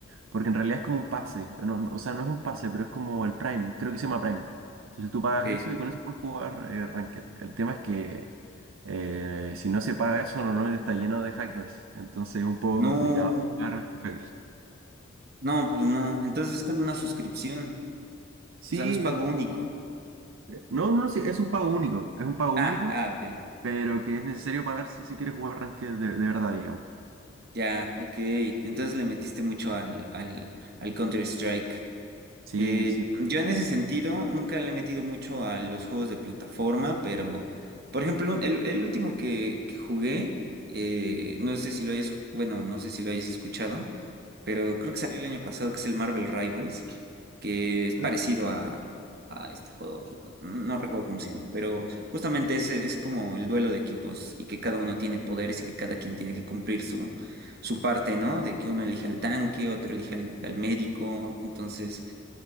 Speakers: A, on the right; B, on the right.
A: porque en realidad es como un pase. no- no, o sea, no es un pase, pero es como el Prime. Creo que se llama Prime. Entonces tú pagas
B: ok.
A: eso y con eso puedes jugar eh, Ranked. El tema es que eh, si no se paga eso, normalmente está lleno de hackers. Entonces es un poco
B: No,
A: complicado jugar con hackers.
B: no, pues no. Entonces es como una suscripción.
A: Sí,
B: O sea, no es pago único.
A: no, no, sí, es un pago único. Es un pago
B: Ah,
A: único,
B: ah, ok.
A: pero que es necesario pagar si se quiere jugar Ranked de, de verdad, digamos.
B: Ya, ok. Entonces le metiste mucho al, al, al Counter-Strike.
A: Sí,
B: Eh,
A: sí.
B: yo en
A: metí-
B: ese sentido nunca le he metido mucho a los juegos de plataforma, pero, por ejemplo, el, el último que, que jugué, eh, no sé si lo hayas, ju- bueno, no sé si lo hayas escuchado, pero creo que salió el año pasado, que es el Marvel Rivals, que es parecido
A: <laughs>
B: a, a este juego, que no, no recuerdo cómo se llama, pero justamente es, es como el duelo de equipos y que cada uno tiene poderes y que cada quien tiene que cumplir su, su parte, ¿no? De que uno elija al tanque, otro elija al, al médico, entonces